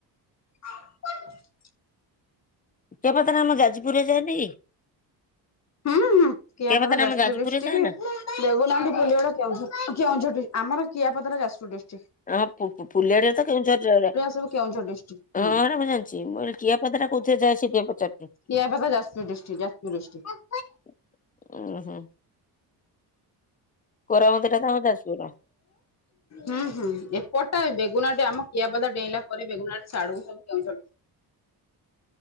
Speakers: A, on the left; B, on the left.
A: <inaudible>
B: କିଆପଦାର ଆମ ଯାଜପୁରରେ ଯାଏନି!
A: ହୁଁ, ହୁଁ, କିଆପାଖ
B: କେଆପାତାରେ
A: ଯାଜପୁର
B: ଆମ ଯାଜପୁରରେ
A: ଡିଷ୍ଟ୍ରିକି।
B: ଯାଏନା
A: ଦେଖୁ ନାହାନ୍ତି ପୁଲିଗଡ କେଉଝର, କେଉଁଝଟି ଆମର କିଆପଦାର ଯାଜପୁର ଡିଷ୍ଟ୍ରିକ୍।
B: ହଁ, ପୁ-ପୁଲିଆଡରେ ତ କେଉଁଝର ଝର
A: ସବୁ କେଉଁଝର ଡିଷ୍ଟ୍ରିକ୍ଟ
B: ହଁ
A: ହୁଁ।
B: ହେରା ମୁଁ ଜାଣିଛି। ମୁଁ ଇରା କିଏ କଦଟା କୋଥିରେ ଯାଏ ସେ କିଏ ପଚାରୁଚି। <inaudible>
A: କେଆପାଖ ଯାଜପୁର ଡିଷ୍ଟ୍ରିକ୍ଟ ଯାଜପୁର ଡିଷ୍ଟ୍ରିକ୍ଟ।
B: <unintelligible> କୋରା ମନ୍ଦିରଟା ତ ଆମର ଯାଜପୁରର।
A: ହୁଁ ହୁଁ ଏପଟା ବେଗୁନାଟି ଆମ କିଆପଦା ଡେଇଁଲା ପରେ ବେଗୁନାଟି ସାଡ଼ୁକୁ ସବୁ କେଉଁଝର